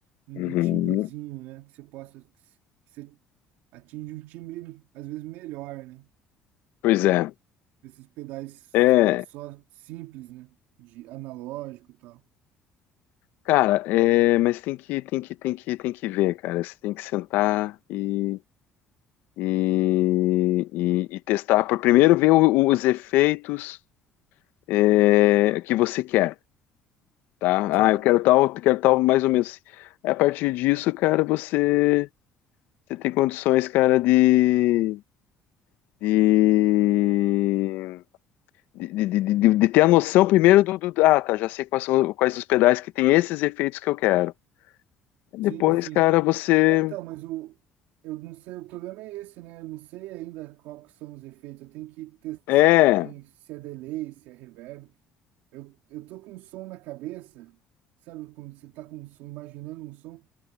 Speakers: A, on the right; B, on the left.
A: um
B: Uhum.
A: um timbrezinho, né? Que você possa, que atinge um timbre às vezes melhor, né?
B: Pois é.
A: Esses pedais
B: É,
A: só simples, né? De analógico e tal.
B: cara, é, mas tem que, tem que, tem que, tem que ver, cara. Você tem que sentar e, e, e- e testar. Por primeiro ver o- os efeitos é, que você quer, tá?
A: Certo.
B: Ah, eu quero tal, eu quero tal, mais ou menos. A partir disso, cara, você, você tem condições, cara, de, de de, de, de, de- de ter a noção primeiro do, do- ah, tá, já sei quais são quais os pedais que tem esses efeitos que eu quero. Depois,
A: Sim, sim.
B: cara, você.
A: É, então, mas o eu não sei, o problema é esse, né? Eu não sei ainda qual que são os efeitos. Eu tenho que ter,
B: É.
A: eu tenho se é delay, se é reverb. Eu, eu tô com um som na cabeça, sabe? Quando você tá com um som, imaginando um som,